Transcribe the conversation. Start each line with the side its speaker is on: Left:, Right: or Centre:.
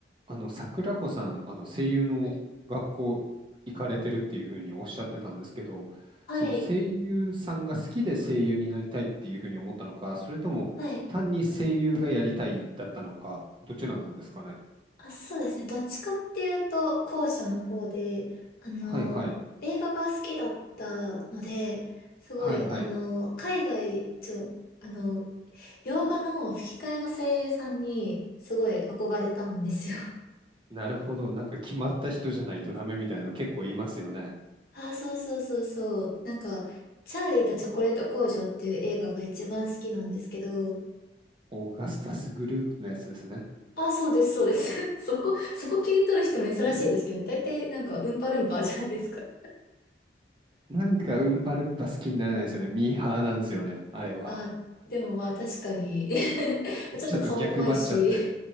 Right: あの、桜子さん、あの、声優の学校行かれてるっていうふうにおっしゃってたんですけど、
Left: はい。はい。
Right: その声優さんが好きで声優になりたいっていうふうに思ったのか、それとも単に声優がやりたいだったのか、
Left: はい
Right: どちらなんですかね。
Left: あ、そうですね。どっちかっていうと、後者の方で、あの、
Right: はいはい。
Left: 映画が好きだったので、すごい、
Right: はいはい。
Left: あの、海外、ちょ、あの、洋画の吹き替えの声優さんに、すごい憧れたんですよ。
Right: なるほど。なんか決まった人じゃないとダメみたいなの結構言いますよね。
Left: あー、そうそうそうそう。なんか、チャーリーとチョコレート工場っていう映画が一番好きなんですけど、
Right: オーガスタスグループのやつですね。
Left: あー、そうです、そうです。<laughs> そこ、そこ切り取る人珍しいですけどね。
Right: <laughs>
Left: 大体なんか、ウンパルンパじゃないですか。
Right: なんかうんぱるんぱ好きになれないですよね。ミーハーなんですよね。あれは。
Left: あ、でもまあ確かに <laughs> ちょっと顔怖いし
Right: ちょっと逆張っちゃって。